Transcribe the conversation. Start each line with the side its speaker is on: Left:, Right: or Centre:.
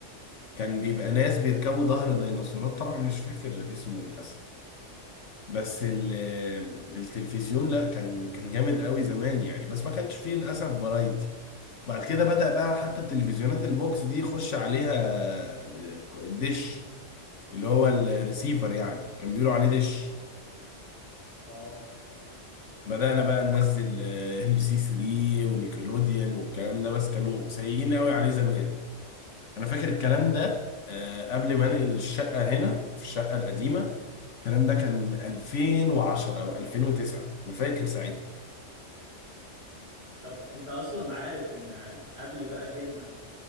Left: كان بيبقى ناس بيركبوا ظهر ديناصورات طبعا مش فاكر اسمه للاسف بس ال- التلفزيون لا كان كان جامد قوي زمان يعني بس ما كانش فيه للاسف فرايتي بعد كده بدأ بقى حتى التلفزيونات البوكس دي يخش عليها ديش اللي هو الريسيفر يعني كان بيقولوا عليه ديش
Right: اه
Left: بدأنا بقى ننزل ام بي سي 3 ونيكلوديان والكلام ده بس كانوا سيئين قوي عليه زمان انا فاكر الكلام ده آه، قبل ما انقل الشقه هنا في الشقه القديمه الكلام ده كان 2010 او 2009 انا فاكر ساعتها
Right: طب انت اصلا عارف ان آه، قبل بقى جيلنا